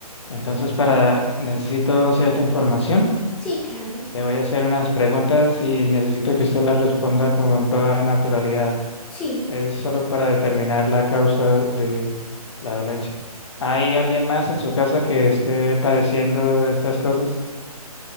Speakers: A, on the left; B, in the centre.
A: entonces para necesito cierta información.
B: Sí, claro,
A: Le voy a hacer unas preguntas y necesito que usted las responda con toda naturalidad.
B: sí.
A: Es solo para determinar la causa de la dolencia. ¿Hay alguien más en su casa que esté padeciendo de estas cosas?